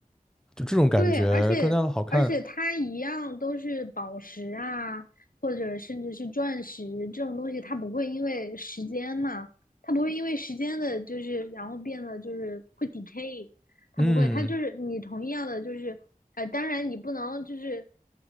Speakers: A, in the centre; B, on the left.
A: 就这种感觉更加的好看。
B: 对，而且而且它一样都是宝石啊，或者甚至是钻石这种东西，它不会因为时间嘛，它不会因为时间的，就是然后变得就是会 decay，它不会，
A: 嗯，
B: 它就是你同样的就是，呃，当然你不能就是